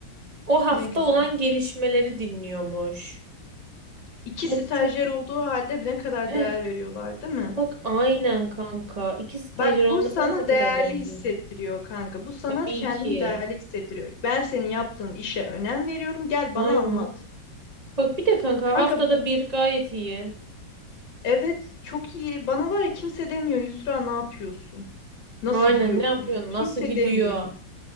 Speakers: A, on the right; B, on the left.
A: O hafta
B: ne güzel.
A: olan gelişmeleri dinliyormuş.
B: İki
A: Ya
B: stajyer
A: çok iyi.
B: olduğu halde ne kadar
A: Heh,
B: değer veriyorlar, değil mi?
A: bak aynen kanka. İki stajyer
B: Bak bu
A: olmasa
B: sana
A: ne kadar
B: değerli
A: değerli.
B: hissettiriyor kanka. Bu sana
A: Tabii
B: kendini
A: ki.
B: değerli hissettiriyor. Ben senin yaptığın işe önem veriyorum. Gel
A: Aynen.
B: bana anlat.
A: Bak bir de kanka
B: Kanka
A: haftada bir gayet iyi.
B: evet çok iyi. Bana var ya kimse demiyor Yusra ne yapıyorsun? Nasıl
A: Aynen
B: gidiyor
A: ne yapıyorsun?
B: proje? Kimse
A: Nasıl gidiyor?
B: demiyor.